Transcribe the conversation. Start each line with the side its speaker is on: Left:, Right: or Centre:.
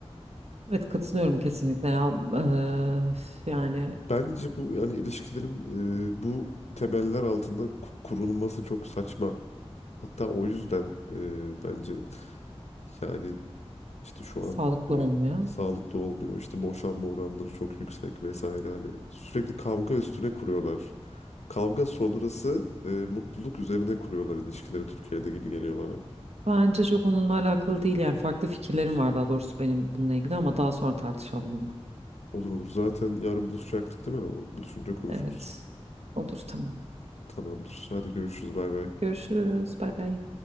Right: Evet katılıyorum kesinlikle ya. Eee, yani
Left: Bence bu yani ilişkilerin e, bu temeller altında ku- kurulması çok saçma. Hatta o yüzden e, bence yani işte şu
Right: sağlıklı
Left: an e,
Right: olmuyor.
Left: sağlıklı olmuyor. İşte boşanma oranları çok yüksek vesaire. Hani sürekli kavga üstüne kuruyorlar. Kavga sonrası e, mutluluk üzerine kuruyorlar ilişkileri Türkiye'de gibi geliyor bana.
Right: Bence çok onunla alakalı değil yani farklı fikirlerim var daha doğrusu benim bununla ilgili ama daha sonra tartışalım bunu.
Left: Olur olur. Zaten yarın buluşacaktık değil mi? O buluşunca konuşuruz.
Right: Evet. Olur tamam.
Left: Tamamdır. Hadi görüşürüz. Bay bay.
Right: Görüşürüz. Bay bay.